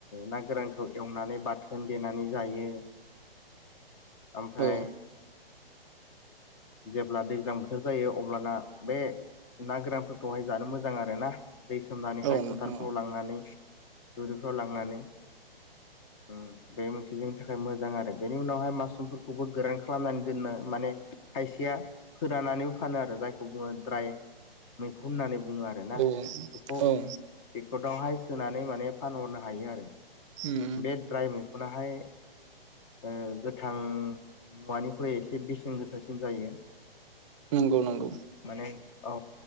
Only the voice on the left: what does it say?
ना गोरानखौ एवनानै बाथोन देनानै जायो ओमफ्राय
जेब्ला दैज्लां बोथोर जायो अब्लाना बे ना गोरानफोरखौहाय जानो मोजां आरो ना दै सोमनानै
हाय
फोथारफ्राव
लांनानै दुरिफ्राव लांनानै
उम बे मोनसे जोंनि थाखाय मोजां आरो बेनि उनावहाय मास्रुमफोरखौबो गोरान खालामनानै दोननो माने खायसेया फोरानानैबो फानो आरो जायखौ बुङो द्राय मैखुन होननानै बुङो आरो ना
बेखौ बेकेदआवहाय
सोनानै माने फानहरनो हायो आरो
बे द्राय मैखुनाहाय ओ गोथां मुवानिफ्राय एसे बेसेन गोसासिन जायो
माने औ